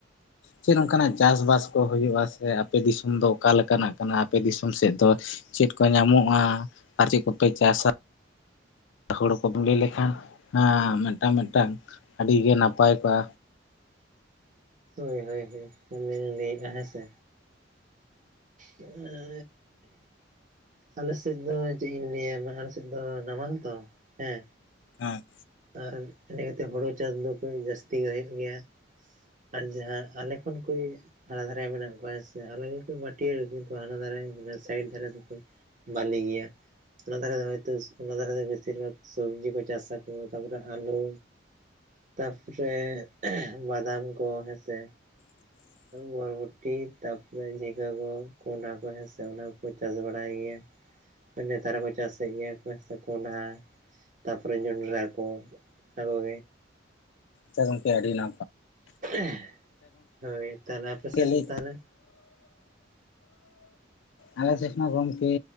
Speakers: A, on the left; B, on the right.
A: ᱪᱮᱫ ᱝᱠᱟᱱᱟᱜ ᱪᱟᱥᱼᱵᱟᱥ ᱠᱚ ᱦᱩᱭᱩᱜᱼᱟ ᱥᱮ ᱟᱯᱮ ᱫᱤᱥᱚᱢ ᱫᱚ ᱚᱠᱟ ᱞᱮᱠᱟᱱᱟᱜ ᱠᱟᱱᱟ ᱟᱯᱮ ᱫᱤᱥᱚᱢ ᱥᱮᱫ ᱫᱚ ᱪᱮᱫ ᱠᱚ ᱧᱟᱢᱚᱜᱼᱟ ᱟᱨ ᱪᱮᱫ ᱠᱚᱯᱮ ᱪᱟᱥᱟ ᱦᱩᱲᱩ ᱠᱚᱢ ᱞᱟᱹᱭ ᱞᱮᱠᱷᱟᱱ ᱢᱤᱫᱴᱟᱝ ᱢᱤᱫᱴᱟᱝ ᱟᱹᱰᱤ ᱜᱮ ᱱᱟᱯᱟᱭ ᱠᱚᱜᱼᱟ
B: ᱦᱳᱭ ᱦᱳᱭ ᱟᱞᱤᱧ ᱞᱤᱧ ᱞᱮᱭ ᱮᱫ-ᱟ ᱦᱳᱭ ᱥᱮ ᱟ <inaudible> ᱟᱞᱮᱥᱮᱫ ᱫᱚ ᱪᱮᱫ ᱤᱧ ᱞᱟᱹᱭᱟ ᱟᱞᱮᱥᱮᱫ ᱫᱚ ᱱᱟᱢᱟᱞ ᱛᱚ ᱦᱮᱸ
A: ᱦᱮᱸ
B: ᱟᱨ ᱤᱱᱟᱹ ᱠᱟᱛᱮᱜ ᱦᱩᱲᱩ ᱪᱟᱥ ᱫᱚᱠᱚ ᱡᱟᱹᱥᱛᱤ ᱜᱮ ᱦᱩᱭᱩᱜ ᱜᱮᱭᱟ ᱾ ᱟᱨ ᱡᱟᱦᱟᱸ ᱟᱞᱮ ᱠᱷᱚᱱ ᱠᱚᱡ ᱦᱟᱱᱟ ᱫᱷᱟᱨᱮ ᱢᱮᱱᱟᱜ ᱠᱚᱣᱟ ᱥᱮ ᱟᱞᱮ ᱢᱟᱹᱴᱮᱭ ᱠᱤᱱᱛᱩ ᱦᱟᱱᱟ ᱫᱷᱟᱨᱮ ᱥᱟᱭᱤᱰ ᱫᱷᱟᱨᱮ ᱫᱚ ᱵᱷᱟᱹᱞᱤ ᱜᱮᱭᱟ ᱚᱱᱟ ᱫᱷᱟᱨᱮ ᱦᱚᱭᱛᱳ ᱚᱱᱟ ᱫᱷᱟᱨ ᱫᱚ ᱵᱮᱥᱤᱨ ᱵᱷᱟᱜᱽ ᱥᱚᱵᱡᱤ ᱠᱚ ᱪᱟᱥᱟ ᱾ ᱛᱟᱯᱚᱨᱮ ᱟᱞᱩ ᱛᱟᱯᱚᱨᱮ ᱵᱟᱫᱟᱢ ᱠᱚ ᱦᱮᱸᱥᱮ
A: ᱦ <inaudible>
B: ᱵᱚᱨᱵᱚᱴᱤ ᱛᱟᱯᱚᱨᱮ ᱡᱷᱤᱸᱜᱟᱹ ᱠᱚ ᱠᱚᱸᱰᱟ ᱠᱚ ᱦᱮᱸ ᱥᱮ ᱚᱱᱟ ᱠᱚᱠᱚ ᱪᱟᱥ ᱵᱟᱲᱟᱭ ᱜᱮᱭᱟ ᱾ ᱱᱮᱛᱟᱨ ᱠᱚ ᱪᱟᱥᱮᱫ ᱜᱮᱭᱟ ᱠᱚᱸᱰᱷᱟ ᱛᱟᱯᱚᱨᱮ ᱡᱚᱸᱰᱨᱟ ᱠᱚ ᱟᱨ <inaudible>
A: ᱠᱮᱲ <inaudible>
B: <inaudible> ᱦᱳᱭ ᱛᱟᱦᱚᱞᱮ ᱟᱯᱮ ᱥᱮᱫ
A: ᱞᱟᱹᱭ
B: ᱛᱟᱦᱚᱞᱮ
A: ᱟᱞᱮ ᱥᱮᱫ ᱢᱟ ᱜᱚᱝᱠᱮ